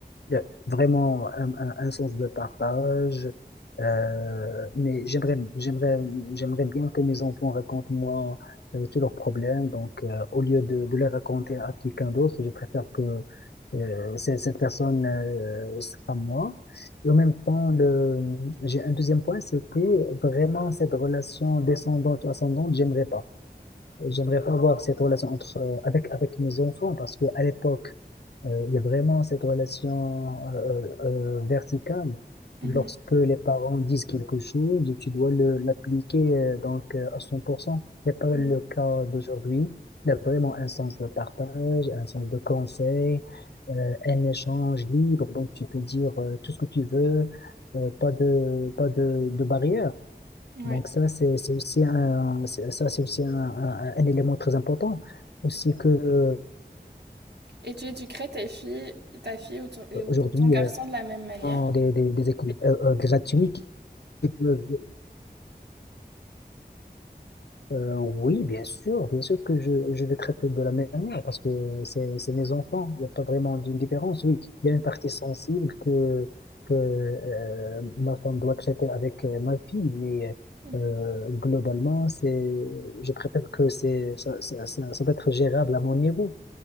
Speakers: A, on the left; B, on the right.
A: Il y a vraiment un, un- un sens de partage. Euh, mais j'aimerais, j'aimerais, j'aimerais bien que mes enfants racontent moi euh, tous leurs problèmes. Donc, euh, au lieu de, de les raconter à quelqu'un d'autre, je préfère que euh, cette, cette personne euh, sera moi. Et en même temps, le, j'ai un deuxième point, c'est que vraiment cette relation descendante-ascendante, j'aimerais pas. J'aimerais pas avoir cette relation entre, euh, avec, avec mes enfants parce que à l'époque, euh, il y a vraiment cette relation euh, euh, euh, verticale.
B: Mhm,
A: Lorsque les parents disent quelque chose, tu dois le- l'appliquer euh, donc euh, à 100% n'est pas
B: mhm.
A: le cas d'aujourd'hui. Il y a vraiment un sens de partage, un sens de conseil, euh, un échange libre. Donc tu peux dire euh, tout ce que tu veux, euh, pas de pas de, de barrière.
B: Ouais.
A: Donc ça, c'est c'est aussi un, c'est- ça, c'est aussi un, un- un élément très important. Aussi que euh,
B: Et tu éduquerais tes filles, ta fille ou ton,
A: aujourd'hui,
B: ou ton garçon
A: euh,
B: de la même manière
A: on des, des, des écoles euh, euh, gratuites qui qui peuvent... euh, oui, bien sûr, bien sûr que je, je vais traiter de la même manière parce que c'est c'est mes enfants. Il n'y a pas vraiment d'une différence. Oui, il y a une partie sensible que, que euh, ma femme doit traiter avec euh, ma fille, mais
B: Mhm.
A: euh, globalement, c'est, je préfère que c'est, ça, ça, ça, ça doit être gérable à mon niveau.